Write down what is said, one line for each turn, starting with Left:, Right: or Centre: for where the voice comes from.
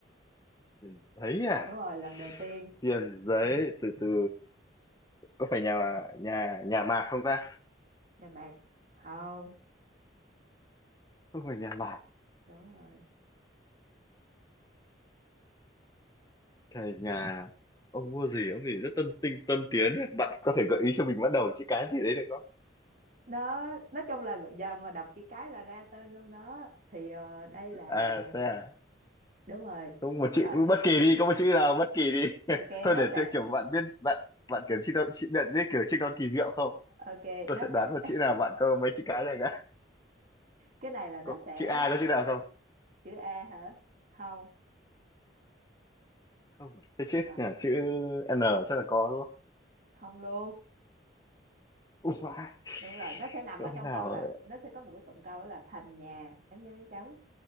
Left: tiền giấy à
Right: đúng rồi lần đầu tiên
Left: tiền giấy từ từ có phải nhà nhà nhà mạc không ta
Right: nhà Mạc không
Left: không phải nhà mạc
Right: đúng rồi
Left: thời nhà ông mua gì ông gì rất tân tinh tân tiến ấy. bạn có thể gợi ý cho mình bắt đầu chữ cái gì đấy được không
Right: nó nói chung là giờ mà đọc chữ cái là ra tên luôn đó thì ờ, đây là
Left: à thế à
Right: đúng rồi
Left: không một
Right: Ờ,
Left: chữ bất kỳ đi có một chữ nào bất kỳ đi <laughs>
Right: ok
Left: thôi
Right: nó
Left: để
Right: sẽ
Left: chơi kiểu bạn biết bạn bạn kiểu chữ chữ bạn biết kiểu chữ con kỳ diệu không
Right: ok
Left: tôi
Right: nó
Left: sẽ
Right: sẽ
Left: đoán một chữ nào bạn có mấy chữ cái này cả
Right: cái này là nó
Left: có,
Right: sẽ
Left: chữ A có chữ nào không
Right: chữ A hả không
Left: không thế chữ
Right: Ờ,
Left: à, chữ N chắc là có đúng không
Right: không luôn
Left: Ui, vãi,
Right: đúng rồi nó sẽ nằm
Left: chữ
Right: ở
Left: ông
Right: trong
Left: nào
Right: câu là
Left: ấy.
Right: nó sẽ có một cái cụm câu đó là thành nhà chấm chấm chấm